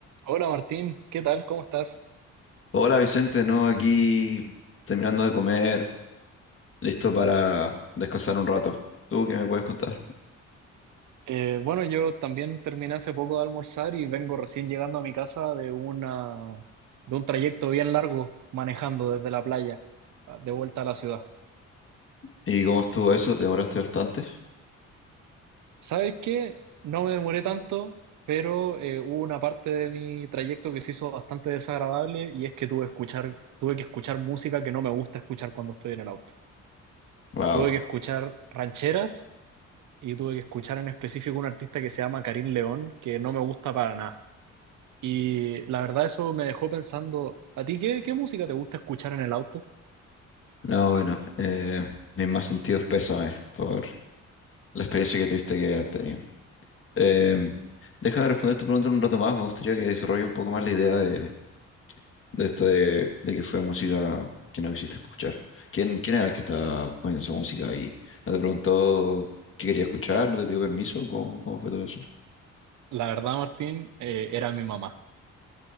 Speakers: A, on the right; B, on the left.
A: Hola Martín, ¿qué tal? ¿Cómo estás?
B: Hola Vicente, no, aquí terminando de comer, listo para descansar un rato. ¿Tú qué me puedes contar?
A: Eh, bueno, yo también terminé hace poco de almorzar y vengo recién llegando a mi casa de una, de un trayecto bien largo manejando desde la playa ah, de vuelta a la ciudad.
B: ¿Y cómo estuvo eso? ¿Te demoraste bastante?
A: ¿Sabes qué? No me demoré tanto, pero eh, hubo una parte de mi trayecto que se hizo bastante desagradable y es que tuve que escuchar, tuve que escuchar música que no me gusta escuchar cuando estoy en el auto.
B: Wow.
A: Tuve que escuchar rancheras y tuve que escuchar en específico un artista que se llama Karim León, que no me gusta para nada. Y la verdad eso me dejó pensando, ¿a ti qué, qué música te gusta escuchar en el auto?
B: No, bueno, eh, mis más sentidos pésames por la experiencia que tuviste que haber tenido. Eh, déjame responder tu pregunta en un rato más, me gustaría que desarrolle un poco más la idea de esto de, de que fue música que no quisiste escuchar. ¿Quién, quién era el que estaba poniendo esa música ahí? ¿No te preguntó qué quería escuchar? ¿No te pidió permiso? ¿Cómo, cómo fue todo eso?
A: La verdad, Martín, eh, era mi mamá.